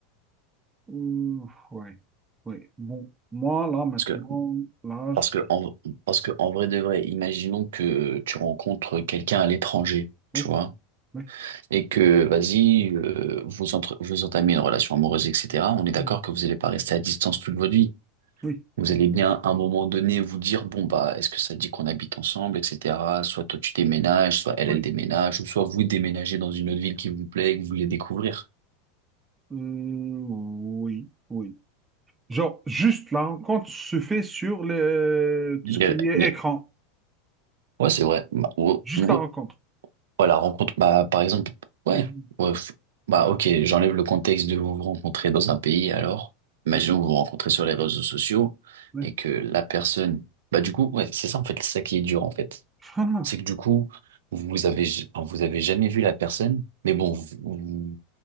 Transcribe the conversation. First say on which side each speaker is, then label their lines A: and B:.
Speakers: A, on the right; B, on the right.
A: Ouh, ouais, ouais. Bon, moi, là, maintenant,
B: Parce que,
A: là,
B: parce
A: je-
B: que, en, parce que, en vrai de vrai, imaginons que tu rencontres quelqu'un à l'étranger,
A: oui,
B: tu vois.
A: oui,
B: et que, vas-y, euh, vous, entre- vous entamez une relation amoureuse, etc., on est d'accord
A: mm,
B: que vous n'allez pas rester à distance toute votre vie.
A: oui,
B: Vous allez bien, à un moment donné, vous dire, bon, bah, est-ce que ça dit qu'on habite ensemble, etc. Soit toi, tu déménages, soit elle,
A: oui,
B: elle déménage, ou soit vous déménagez dans une autre ville qui vous plaît et que vous voulez découvrir.
A: euh, oui, oui. Genre, juste la rencontre se fait sur le,
B: Les-
A: ce qui est
B: les-
A: écran.
B: Ouais, c'est vrai. Bah, ou-
A: Juste
B: ou-
A: la rencontre.
B: Ouais, la rencontre, bah, par exemple, ouais,
A: Mhm,
B: ouais, f- bah, ok, j'enlève le contexte de vous vous rencontrez dans un pays, alors, imaginons
A: oui,
B: que vous vous rencontrez sur les réseaux sociaux
A: oui.
B: et que la personne, bah, du coup, ouais, c'est ça, en fait, c'est ça qui est dur, en fait.
A: Ah,
B: C'est que du coup, vous avez, j- enfin, vous avez jamais vu la personne, mais bon, vous- vous-